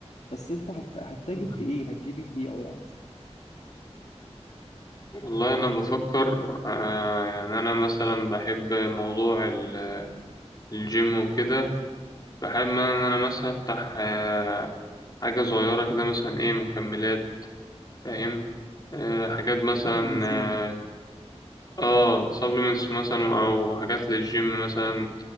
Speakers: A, on the left; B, on the left.
A: بس أنت هت... هتتاجر
B: مم.
A: في إيه؟ هتجيبي تبيعه يعني
B: والله انا بفكر آه، يعني انا مثلا بحب موضوع ال- الجيم وكده فحابب ان انا مثلا افتح آه، حاجة صغيرة كده مثلا ايه مكملات فاهم آه، حاجات مثلا
A: سبلمنتس
B: آه،
A: يعني
B: اه سبلمنتس مثلا او حاجات للجيم مثلا